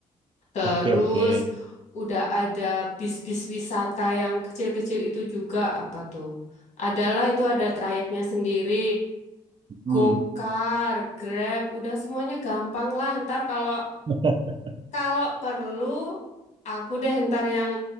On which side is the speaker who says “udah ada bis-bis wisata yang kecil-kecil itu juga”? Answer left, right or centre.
Left